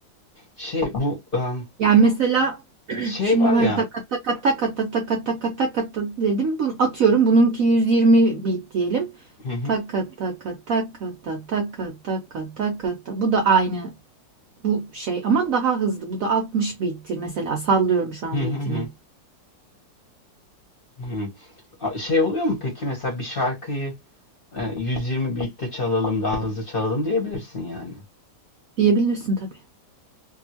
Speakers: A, on the left; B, on the right.
A: Şey bu ım,
B: Yani mesela <clears throat>
A: şey
B: şimdi
A: var
B: ben
A: ya.
B: taka taka taka taka taka taka ta dedim. Bunu atıyorum. Bununki 120 bit diyelim.
A: Hı hı.
B: Taka taka taka ta taka taka taka ta. Bu da aynı bu şey ama daha hızlı. Bu da 60 bittir mesela. Sallıyorum şu an
A: Hı hı
B: bitini.
A: hı. Hmm. A- Şey oluyor mu peki mesela bir şarkıyı e, 120 beat'te çalalım daha hızlı çalalım diyebilirsin yani.
B: Diyebilirsin tabii.